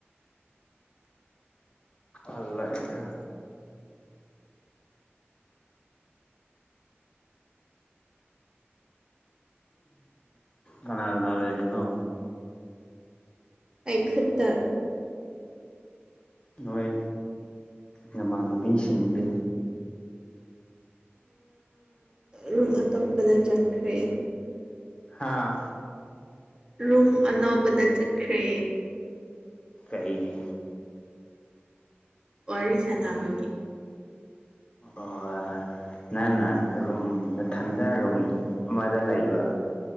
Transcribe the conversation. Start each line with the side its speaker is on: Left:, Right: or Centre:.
Left: ꯑꯜꯏꯍ ꯀꯅꯥ ꯀꯅꯥ ꯂꯩꯔꯤꯅꯣ
Right: ꯑꯩꯈꯠꯇ
Left: ꯅꯣꯏ ꯅꯃꯥꯟꯅꯕꯤꯁꯤꯡꯗꯤ
Right: ꯔꯨꯝ ꯑꯇꯣꯞꯄꯗ ꯆꯠꯈ꯭ꯔꯦ
Left: ꯍꯥꯥ
Right: ꯔꯨꯝ ꯑꯅꯧꯕꯗ ꯆꯠꯈ꯭ꯔꯦ
Left: ꯑꯩꯒꯤ
Right: ꯋꯥꯔꯤ ꯁꯥꯟꯅꯕꯒꯤ
Left: ꯑꯣ ꯅꯪꯅ ꯔꯨꯝ ꯃꯊꯟꯗ ꯔꯨꯝ ꯑꯃꯗ ꯂꯩꯕ